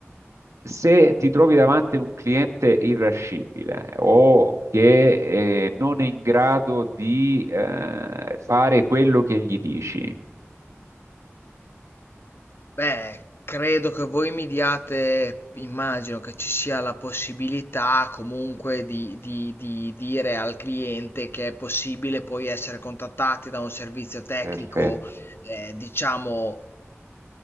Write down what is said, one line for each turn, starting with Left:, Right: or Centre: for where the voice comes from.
Right: se ti trovi davanti un cliente irascibile o che eh, non è in grado di eh, fare quello che gli dici,
Left: Beh, credo che voi mi diate, immagino che ci sia la possibilità comunque di, di- di dire al cliente che è possibile poi essere contattati da un servizio tecnico,
Right: perfetto,
Left: eh, diciamo.